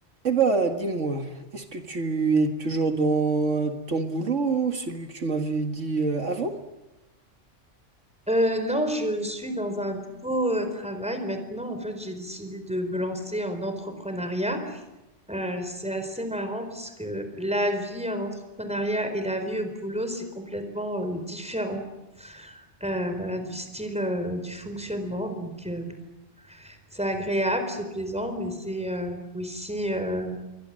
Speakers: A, on the right (about 75°); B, in the centre.
A: Eh bah, dis-moi, est-ce que tu es toujours dans ton boulot, celui que tu m'avais dit euh, avant?
B: Euh, non, je suis dans un nouveau euh, travail maintenant. En fait, j'ai décidé de me lancer en entrepreneuriat. Euh, c'est assez marrant parce que la vie en entrepreneuriat et la vie au boulot, c'est complètement euh, différent. euh, voilà, du style, euh, du fonctionnement. Donc, euh, c'est agréable, c'est plaisant, mais c'est euh, aussi euh,